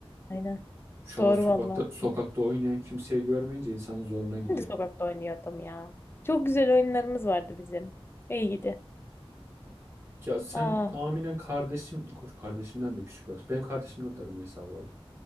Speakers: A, on the left; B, on the right.
A: aynen.
B: şu
A: Doğru
B: an sokakta
A: vallahi.
B: sokakta
A: Ben de
B: oynayan kimseyi görmeyince insanın zoruna gidiyor.
A: sokakta oynuyordum ya. Çok güzel oyunlarımız vardı bizim. İyi gidi.
B: Ya sen
A: Aa,
B: tahminen kardeşim, koş kardeşimden de küçük olsun. Benim kardeşimden de Rümeysa bu arada.